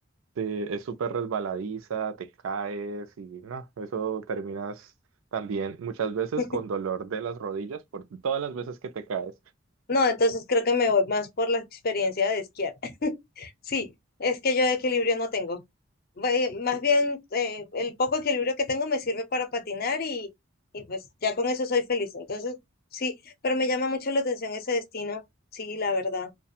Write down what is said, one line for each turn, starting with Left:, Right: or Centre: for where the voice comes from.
Right: te- es súper resbaladiza, te caes y no, eso terminas también muchas veces
Left: <laughs>
Right: con dolor de las rodillas por todas las veces que te caes.
Left: No, entonces creo que me voy más por la experiencia de esquiar. <laughs> Sí, es que yo de equilibrio no tengo. Voy- Más
Right: Sí.
Left: bien, eh, el poco equilibrio que tengo me sirve para patinar y, y pues ya con eso soy feliz. Entonces, sí, pero me llama mucho la atención ese destino, sí, la verdad.